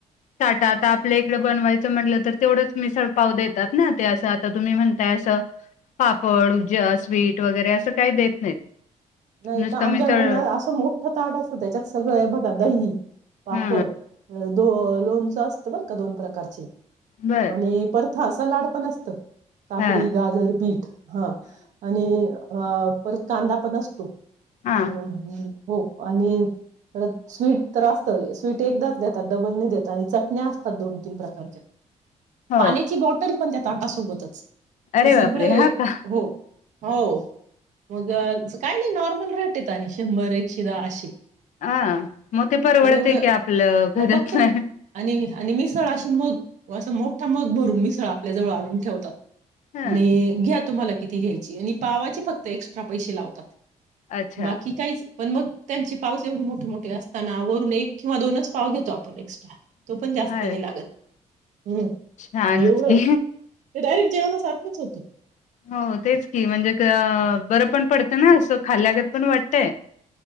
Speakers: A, on the left; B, on the right.
A: टाटा आता आपल्या इकडे बनवायचं म्हटलं तर तेवढंच मिसळ पाव देतात ना, ते असं आता तुम्ही म्हण असं पापड उजा स्वीट वगैरे असं काही देत नाहीत
B: नाही
A: नुसतं
B: का आमच्याकडे
A: मिसळ
B: ना असं मोठं ताट असतं त्याच्यात सगळं बघा दही पापड
A: हा
B: दोन लोणचं असतं बर का दोन प्रकारचे
A: बर
B: आणि परत हा सलाड पण असतं. काकडी,
A: हा
B: गाजर, बीट हा आणि आ परत कांदा पण असतो.
A: हा
B: <inaudible> <inaudible> हो आणि परत स्वीट तर असत स्वीट एकदाच देतात डबल नाही देतात आणि चटण्या असतात दोन तीन प्रकारच्या
A: हो
B: पाण्याची बॉटल पण त्या ताटासोबतच
A: अरे
B: सगळे
A: बापरे हा
B: एक
A: का
B: हो हो मग काही नाही नॉर्मल रेट येत आणि शंभर एकशे दहा अशे
A: हा मग ते परवडतय
B: पण एवढं
A: की आपलं
B: मग
A: घरात
B: फक्त
A: नाही.
B: आणि आणि मिसळ अशी मग असं मोठा मग भरून मिसळ आपल्याजवळ आणून ठेवतात.
A: ह
B: आणि घ्या तुम्हाला किती घ्यायची आणि पावाची फक्त एक्स्ट्रा पैसे लावतात.
A: अच्छा
B: <unintelligible> बाकी काहीच पण मग त्यांची पावच एवढे मोठे मोठे असताना वरून एक किंवा दोनच पाव घेतो आपण एक्स्ट्रा तो पण जास्त
A: अरे
B: नाही लागत. हम्म
A: छानच
B: एवढं
A: की
B: ते डायरेक्ट जेवन सारखंच होत.
A: हो तेच की म्हणजे त बरं पण पडतं ना खाल्ल्यागत पण वाटतय